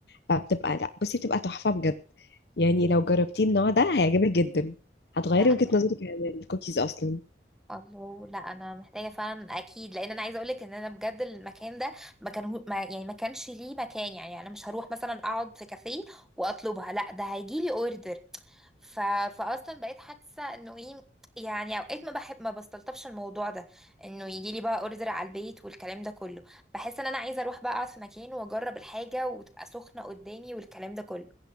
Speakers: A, on the left (about 70°); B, in the centre.
A: فبتبقى لا بصي بتبقى تحفه بجد يعني لو جربتي النوع ده هيعجبك جدا هتغيري
B: لا انا
A: وجهه نظرك عن الكوكيز اصلا
B: الله لا انا محتاجه فعلا اكيد لان انا عايزه اقولك ان انا بجد المكان ده ما كان هو- ما يعني ما كانش ليه مكان يعني انا مش هروح مثلا اقعد في كافيه واطلبها لا ده هيجي لي اوردر ف... فاصلا بقيت حاسه انه ايه يعني اوقات ما بحب ما بستلطفش الموضوع ده انه يجي لي بقى اوردر على البيت والكلام ده كله بحس ان انا عايزه اروح بقى اقعد في مكان واجرب الحاجه وتبقى سخنه قدامي والكلام ده كله